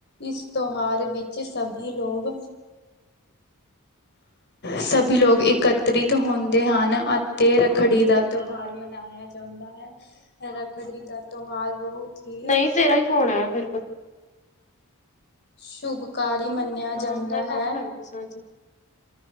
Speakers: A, on the left; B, on the left.
A: ਇਸ ਤਿਉਹਾਰ ਵਿੱਚ ਸਭੀ ਲੋਕ ਸਭ ਲੋਕ ਇਸ ਇਕਤਰਿਤ ਹੁੰਦੇ ਹਨ ਅਤੇ ਰੱਖੜੀ ਦਾ ਤਿਉਹਾਰ ਮਨਾਇਆ ਜਾਂਦਾ ਹੈ ਰੱਖੜੀ ਦਾ ਤਿਉਹਾਰ ਬਹੁਤ ਹੀ
B: ਨਹੀਂ ਤੇਰਾ ਹੀ ਫੋਨ ਆਇਆ ਮੇਰੇ ਕੋਲ
A: ਸ਼ੁਭਕਾਰ ਮੰਨਿਆ
B: ਹਾਂ
A: ਜਾਂਦਾ
B: ਮੈਂ ਕੰਮ
A: ਹੈ
B: ਕਰ ਰਹੀ ਸਾਂ ਅੱਜ